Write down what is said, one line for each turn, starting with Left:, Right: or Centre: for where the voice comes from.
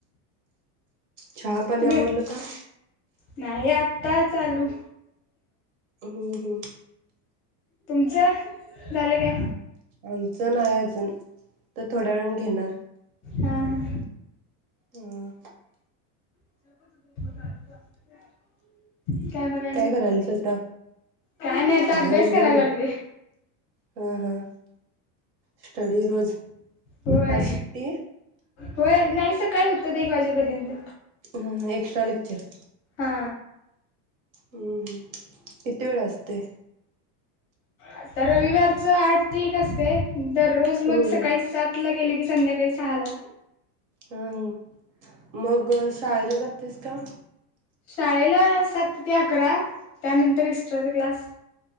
Right: चहा पाणी
Left: तुम्ही
Right: आवरलं का?
Left: नाही आता चालू
Right: हो हो
Left: तुमचं झालं काय?
Right: आमचं नाही अजून तर थोड्या वेळ घेणार
Left: हा हा
Right: हम्म
Left: <inaudible> आणि
Right: काय कराल्या श्वेता
Left: काय आता
Right: कायं
Left: अभ्यास
Right: नाही
Left: करायला
Right: बोलू
Left: लागले
Right: हा हा स्टडी रोज
Left: होय
Right: आज सुट्टी
Left: होय नाही सकाळी होतं एक वाजेपर्यंत
Right: ह एक्स्ट्रा लेक्चर
Left: हा
Right: हम्म हम्म किती वेळ असतेयं?
Left: आता रविवारच आठ ते एक असतेयं दररोज
Right: हम्म
Left: मग
Right: हम्म
Left: सकाळी सात ला गेले की संध्याकाळी सहा ला
Right: हा ह मग शाळेला जातेस का
Left: शाळेला सात ते अकरा त्यानंतर एक्स्ट्राचा क्लास